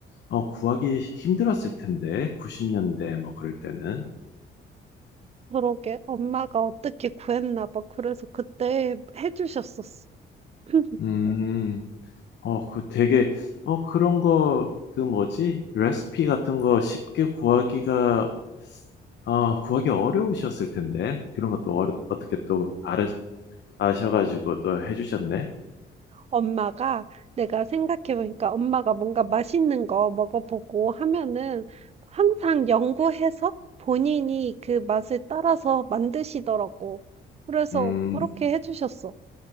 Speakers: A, on the left; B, on the right.
A: 어, 구하기 힘들었을 텐데. 90년대 뭐 그럴 때는.
B: 그러게. 엄마가 어떻게 구했나 봐. 그래서 그때 해주셨었어. <clears throat>
A: 음, 어, 그 되게, 어, 그런 거, 그 뭐지? 레시피 같은 거 쉽게 구하기가, 어, 구하기 어려우셨을 텐데. 그런 것도 어, 어떻게 또 알아, 아셔가지고 또 해주셨네.
B: 엄마가 내가 생각해보니까 엄마가 뭔가 맛있는 거 먹어보고 하면은 항상 연구해서 본인이 그 맛을 따라서 만드시더라고. 그래서
A: 음,
B: 그렇게 해주셨어.